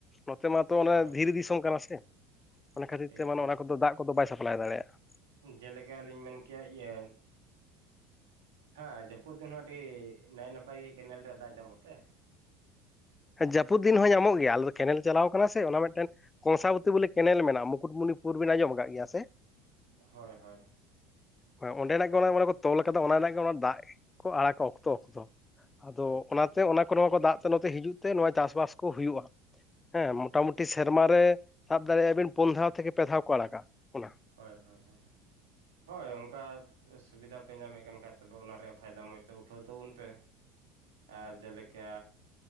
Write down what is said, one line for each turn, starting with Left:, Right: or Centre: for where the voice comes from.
Left: ᱱᱚᱛᱮ ᱢᱟᱛᱚ ᱚᱱᱟ
Right: ᱦᱳᱭ
Left: ᱫᱷᱤᱨᱤ ᱫᱤᱥᱚᱢ ᱠᱟᱱᱟ ᱥᱮ ᱚᱱᱟ ᱠᱷᱟᱹᱛᱤᱨ
Right: ᱴᱷᱤᱠ
Left: ᱛᱮ ᱢᱟᱱᱮ ᱚᱱᱟ ᱠᱚᱫᱚ ᱫᱟᱜ ᱠᱚᱫᱚ ᱵᱟᱭ ᱥᱟᱯᱞᱟᱭ ᱫᱟᱲᱮᱭᱟᱜᱼᱟ
Right: ᱡᱮᱞᱮᱠᱟᱞᱤᱧ ᱢᱮᱱ ᱠᱮᱭᱟ ᱤᱭᱟᱹ ᱦᱮᱸ ᱡᱟᱹᱯᱩᱫ ᱫᱤᱱ ᱦᱚᱸ ᱟᱹᱰᱤ ᱱᱟᱭ ᱱᱟᱯᱟᱭ ᱜᱮ ᱠᱮᱱᱮᱞ ᱨᱮᱭᱟᱜ ᱫᱟᱜ ᱡᱟᱢᱚᱜ ᱛᱮ
Left: ᱡᱟᱹᱯᱩᱫ ᱫᱤᱱ ᱦᱚᱸ ᱧᱟᱢᱚᱜ ᱜᱮᱭᱟ ᱟᱞᱮ ᱫᱚ ᱠᱮᱱᱮᱞ ᱪᱟᱞᱟᱣ ᱠᱟᱱᱟ ᱥᱮ ᱚᱱᱟ ᱢᱮᱫᱴᱮᱱ ᱠᱚᱝᱥᱟᱵᱚᱛᱤ ᱵᱚᱞᱮ ᱠᱮᱱᱮᱞ ᱢᱮᱱᱟᱜᱼᱟ ᱢᱩᱠᱩᱴᱢᱩᱱᱤᱯᱩᱨ ᱵᱮᱱ ᱟᱸᱡᱚᱢ ᱠᱟᱫ ᱜᱮᱭᱟ ᱥᱮ
Right: ᱦᱳᱭ ᱦᱳᱭ
Left: ᱦᱮᱸ ᱚᱸᱰᱮᱱᱟᱜ ᱜᱮ ᱚᱱᱟ ᱚᱱᱟ ᱠᱚ ᱛᱚᱞ ᱠᱟᱫᱟ ᱚᱱ ᱨᱮᱱᱟᱜ ᱜᱮ ᱚᱱᱟ ᱫᱟᱜ ᱠᱚ ᱟᱲᱟᱜᱽ ᱠᱚ ᱚᱠᱛᱚ ᱚᱠᱛᱚ ᱟᱫᱚ
Right: ᱟᱪᱪᱷᱟ
Left: ᱚᱱᱟᱛᱮ
Right: ᱟᱪᱪᱷᱟ
Left: ᱚᱱᱟ ᱠᱚ ᱱᱚᱣᱟ ᱠᱚ ᱫᱟᱜ ᱛᱮ ᱱᱚᱛᱮ ᱦᱤᱡᱩᱜ ᱛᱮ ᱱᱚᱣᱟ ᱪᱟᱥᱵᱟᱥ ᱠᱚ ᱦᱩᱭᱩᱜᱼᱟ ᱦᱮᱸ ᱢᱚᱴᱟᱢᱩᱴᱤ
Right: ᱴᱷᱤᱠ
Left: ᱥᱮᱨᱢᱟᱨ ᱨᱮ ᱥᱟᱵ ᱫᱟᱲᱮᱭᱟᱜᱼᱟ ᱵᱤᱱ ᱯᱩᱱ ᱫᱷᱟᱣ ᱛᱷᱮᱠᱮ ᱯᱮ ᱫᱷᱟᱣ ᱠᱚ ᱟᱲᱟᱜᱟ ᱚᱱᱟ
Right: ᱦᱳᱭ ᱦᱳᱭ ᱦᱚᱭ ᱦᱳᱭ ᱚᱱᱠᱟ ᱥᱩᱵᱤᱫᱟ ᱯᱮ ᱧᱟᱢᱮᱫ ᱠᱟᱱ ᱠᱷᱟᱡ ᱛᱚᱵᱮ ᱚᱱᱟ ᱨᱮᱭᱟᱜ ᱯᱷᱟᱭᱫᱟ ᱢᱚᱡᱽ ᱛᱚ ᱩᱴᱷᱟᱹᱣ ᱛᱟᱵᱚᱱ ᱯᱮ ᱟᱨ ᱡᱮᱞᱮᱠᱟ